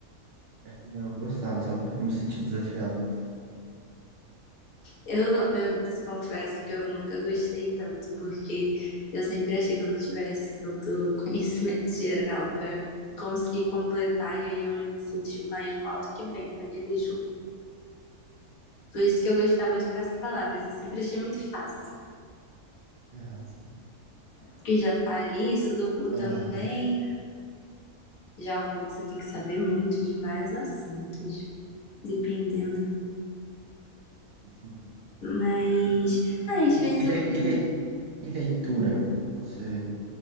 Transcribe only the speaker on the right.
Aí Eu gostava, sabe? Eu me sentia desafiado.
Ah, sim.
Aham.
Sim.
E, e,
e, le-
e le- e leitura? Você.